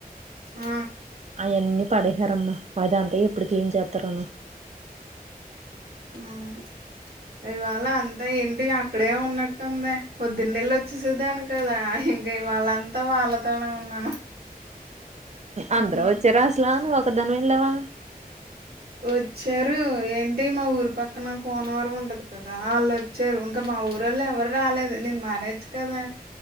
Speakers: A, on the right (about 85°); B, on the right (about 45°).
A: ఆ
B: అయన్నీ పడేశారమ్మా అదంతా ఎప్పుడు క్లీన్ చేత్తరో
A: హ్ ఇవాళ అంతా ఏంటి అక్కడే ఉన్నట్టుందే పొద్దున్నేళ్ళొచ్చేసేదాన్ని కదా ఇంకా ఇవాళంతా వాళ్ళతోనే ఉన్నాను. హ్మ్
B: అందరూ వచ్చారా అసలు ను ఒక్కద్దానివెళ్ళావా
A: వచ్చారు ఏంటి మా ఊరి పక్కన కోనవరం ఉంటది కదా వాళ్ళొచ్చారు ఇంకా మా ఊరోళ్ళెవరు రాలేదు నేను మానేచ్చు కదా